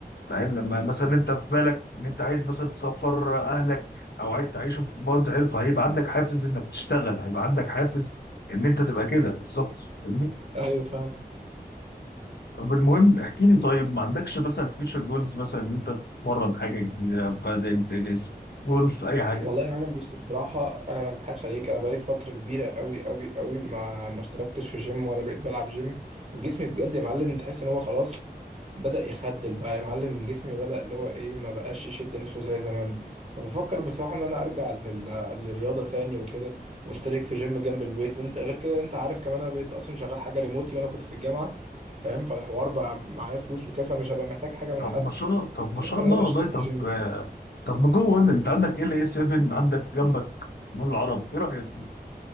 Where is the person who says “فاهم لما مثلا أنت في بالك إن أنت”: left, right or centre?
Left